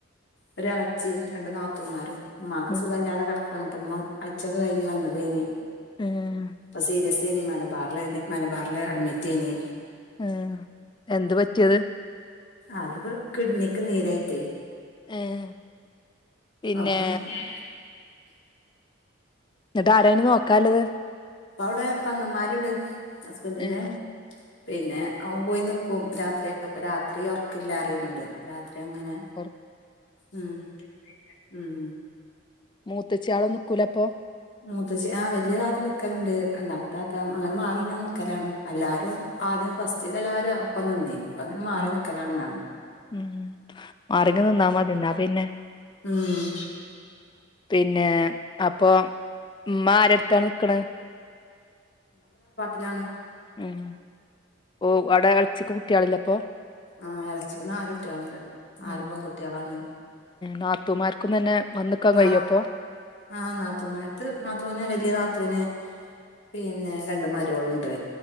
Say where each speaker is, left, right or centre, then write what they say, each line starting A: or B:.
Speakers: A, on the left; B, on the left.
A: ഒരു ഇളച്ചി രണ്ടു നാത്തൂമാരും ഉമ്മാക്ക്
B: ഉം
A: സുഖല്ലാതെ കിടക്കാണ് ഇപ്പ ഉമ്മ ഹജ്ജക്കെ കഴിഞ്ഞ് വന്നതേന്
B: ഉം
A: ഇപ്പ സീരിയസേനി മലബാറില് മലബാറില് അഡ്മിറ്റ് ആനി
B: ആഹ് എന്ത് പറ്റിയത്
A: അതിപ്പോ കിഡ്നിക്ക് നീരായിട്ടേ
B: ഏഹ് പിന്നെ
A: അപ്പപിന്നേ
B: എന്നിട്ട് ആരായിന് നോക്കാല്ലത്
A: ഇപ്പ അവിടെ പെങ്ങന്മാരുണ്ട് ഹസ്ബൻ്റിന്റെ
B: ഏഹ്
A: പിന്നെ അവൻ പോയി നിക്കും രാത്രിയൊക്കെപ്പ രാത്രി ഉറക്കില്ല അറിയുന്നുണ്ട് രാ അപ്പങ്ങനെ
B: ഒർ
A: ഉം ഉം
B: മൂത്താച്ചി ആളോ നിക്കൂലപ്പൊ
A: മൂത്തേച്ചി ആഹ് വലിയ താത്ത നിക്കലുണ്ട് രണ്ടാമത്തെ താത്ത അങ്ങനെ മാറി ഇങ്ങന നിക്കലാണ് എല്ലാരും അ ആദ്യം ഫസ്റ്റിൽ എല്ലാവാരും ഒപ്പം നിന്ന് ഇപ്പ അങ്ങനെ മാറി
B: ഉം
A: നിൽക്കലാണ്
B: ഉം മാറിയങ്ങ് നിന്നാ മതി എന്നാ പിന്നെ
A: ഉം
B: പിന്നെ അപ്പൊ ഉമ്മ ആരടുത്താണ് നിക്കണെ
A: ഇതാണ്
B: ഉം ഓ അവിടെ ഇളേച്ചിക്ക് കുട്ടികളില്ലേ അപ്പൊ
A: ആഹ് ഇളച്ചിക് നാല് കുട്ടികളുണ്ട് നാലും
B: ഉം
A: പെൺകുട്ടികളാണ്
B: നാത്തൂമാർക്കും തന്നെ വന്നിക്കാൻ
A: നാ
B: കഴിയും അപ്പൊ
A: ആഹ് നാത്തൂമാർക്ക് നാത്തൂന് വലിയ നാ ത്തുന് പിന്നെ രണ്ട് മരുമകൾ ഉണ്ട്